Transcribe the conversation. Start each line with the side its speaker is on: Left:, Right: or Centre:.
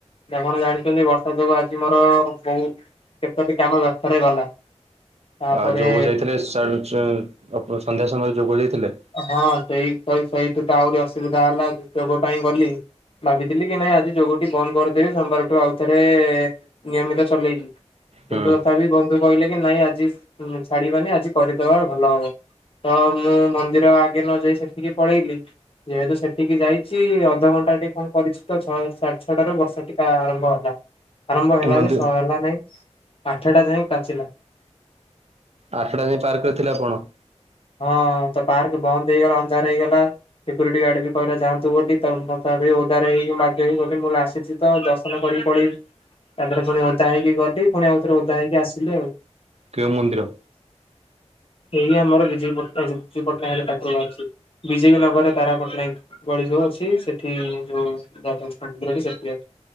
Left: ସିଏ କନ ଜାଣିଛନ୍ତି ବର୍ଷା ସେଯୋଗୁ ଆଜି ମୋର ବହୁତ କେତେ ବି କାମ ବ୍ୟଥରେ ଗଲା ତାପରେ
Right: ଆ ଯୋଗ ଯାଇଥିଲେ ସନ୍ଧ୍ୟା ସମୟରେ ଯୋଗ ଯାଇଥିଲେ
Left: ହଁ ସେଇ ସେଇଠୁ ତ ଆହୁରି ଅସୁବିଧା ହେଲା ଯୋଗ ପାଇଁ ଗଲି ଭାବିଥିଲି କି ନାଇଁ ଆଜି ଯୋଗଟି ବନ୍ଦ କରିଦେବି ସୋମବାରଠୁ ଆଉଥରେ ନିୟମିତ ଚଲେଇବି କିନ୍ତୁ
Right: ହୁଁ
Left: ତଥାପି ବନ୍ଧ କହିଲେ କି ନାଇଁ ଆଜି ଛାଡିବାନି ଆଜି କରିଦବା ଭଲ ହବ ତ ମୁଁ ମନ୍ଦିର ଆଗେ ନ ଯାଇ ସେଠିକି ପଳେଇଲି ଯେହେତୁ ସେଠିକି ଯାଇଛି ଅଧଘଣ୍ଟା ଟିକେ କଣ କରିଛି ଛଅ ସାଡେ ଛଅଟାରୁ ବର୍ଷ ଟିକା ଆରମ୍ଭ ହେଲା ଆରମ୍ଭ ହେଲା
Right: ମନ୍ଦିର
Left: ଯେ ସ ହେଲା ନାଇଁ ଆଠଟା ଯାଇଏ କାଚିଲା।
Right: ଆଠଟା ଯାଏ ପାର୍କ ରେ ଥିଲା ଆପଣ।
Left: ହଁ ତ ପାର୍କ ବନ୍ଦ ହେଇଗଲା ଅନ୍ଧାର ହେଇଗଲା। ସିକ୍ୟୁରିଟି ଗାର୍ଡ ବି କହିଲା ଯାନ୍ତୁ ବୋଲି ତ ତଥାବି ଓଦାରେ ହେଇକି ମାଡିହାଇଗଲି ମୁଁ ଆସିଛି ତ ଦର୍ଶନ କରିକି ପଳେଇବି ତାପରେ ପୁଣି ଓଦା ହେଇକି ଗଲି ପୁଣି ଆଉଥରେ ଓଦା ହେଇକି ଆସିଲି ଆଉ।
Right: କେଉଁ ମନ୍ଦିର?
Left: ଏଇ ଆମର ବିଜଟ ବିଜୁ ପଟ୍ଟନାୟକ ହେଲେ ପାଟ୍ର ବାହାରୁ ଅଛି। ବିଜେପି ନଗରରେ ତାରା ପଟ୍ଟନାୟକ। ଗଳି ଯୋଉ ଅଛି ସେଠି ଯୋଉ